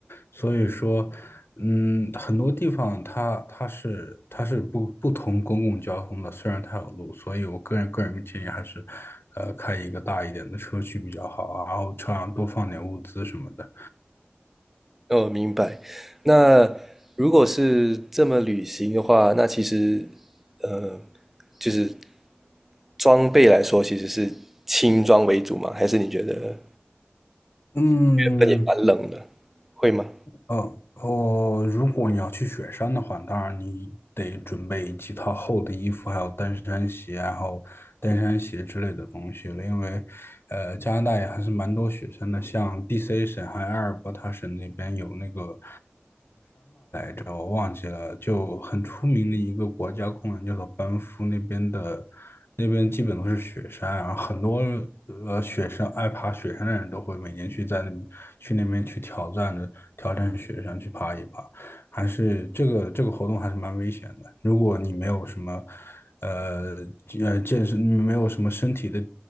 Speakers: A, on the left; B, in the centre.
A: 所以说。嗯，很多地方它它是它是不不同公共交通的，虽然它有路，所以我个人个人建议还是，呃，开一个大一点的车去比较好啊，然后车上多放点物资什么的。
B: 哦，明白。那如果是这么旅行的话，那其实，呃，就是装备来说，其实是轻装为主嘛？还是你觉得原
A: 嗯，
B: 本也蛮冷的，会吗？
A: 哦哦，如果你要去雪山的话，当然你得准备几套厚的衣服，还有登山鞋，然后登山鞋之类的东西了，因为呃，加拿大也还是蛮多雪山的，像 DC 省还有阿尔伯塔省那边有那个。叫我忘记了，就很出名的一个国家公园，叫做班夫那边的，那边基本都是雪山，然后很多呃雪山爱爬雪山的人都会每年去在那去那边去挑战的挑战雪山去爬一爬。还是这个这个活动还是蛮危险的。如果你没有什么，呃呃健身，没有什么身体的